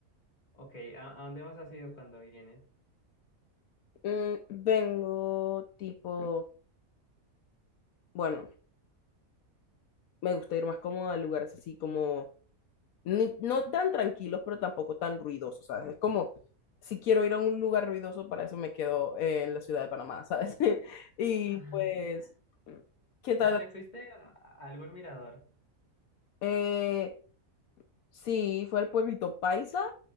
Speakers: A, on the left (about 30°); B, on the left (about 80°).
A: Ok, ¿a, a dónde más has ido cuando vienes?
B: Mm, vengo tipo, bueno, me gusta ir más cómoda a lugares así como ni- no tan tranquilos, pero tampoco tan ruidosos, ¿sabes? Es como, si quiero ir a un lugar ruidoso, para eso me quedo eh, en la ciudad de Panamá, ¿sabes? <laughs> Y
A: <laughs>
B: pues, ¿qué tal?
A: Dale, ¿fuiste a a algún mirador?
B: Eh, sí, fue al pueblito Paisa